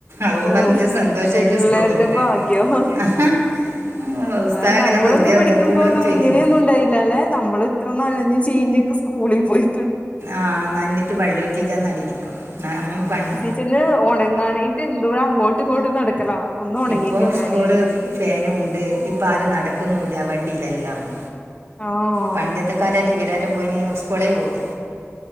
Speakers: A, on the right; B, on the left.
A: അവൻ
B: ഓഫ്‌
A: പറഞ്ഞിട്ട് സന്തോഷമായിട്ട്
B: പിള്ളേരുടെ
A: സ്കൂളും പോന്നു
B: ഭാക്യം
A: ആഹാ. ഉം, ഉസ്താവ്
B: ആഹ്
A: അങ്ങനെ
B: നമ്മളൊന്നും
A: വെറുതെ വെറുതെ
B: പഠിക്കുമ്പോ
A: പുള്ളേർ
B: ഒന്നും
A: ചോദിക്കുന്നു
B: ഇങ്ങനെയൊന്നും ഉണ്ടായില്ല അല്ലെ നമ്മൾ ഇത്ര നനഞ് ചീഞ്ഞിക്കെ സ്കൂളി പോയി
A: ആഹ് നനഞ്ഞിട്ട് വെള്ളൂറ്റിച്ച നടരിക്ക ആഹ് അന്നൊരു പണ്യ
B: റ്റ്ന്ന് ഉണങ്ങാനായിട്ട് എന്തോം അങ്ങോട്ട് ഇങ്ങോട്ട് നടക്കല ഒന്ന് ഉണങ്ങി
A: ഇപ്പോൾ
B: കിട്ടാനായിട്ട്
A: സ്കൂള് ഫാനും ഉണ്ട് ഇപ്പൊ ആരും നടക്കന്നുല്ല വണ്ടിയില എല്ലാവും
B: ആഹ്
A: പണ്ടത്തെൊക്കെ കാലായിട്ട് വരാറ്റം പോയി ഇനി സ്കളേ പോകില്ല